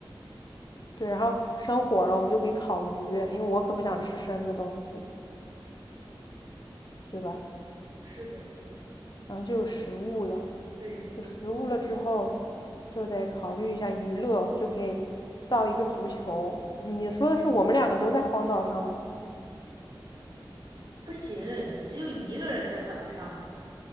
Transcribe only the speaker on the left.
对，然后生火了，我们就可以烤鱼，因为我可不想吃生的东西，
对吧？
然后就有食物了，
有食物了之后，就得考虑一下娱乐，我们就可以造一个足球。你说的是我们两个都在荒岛上吗？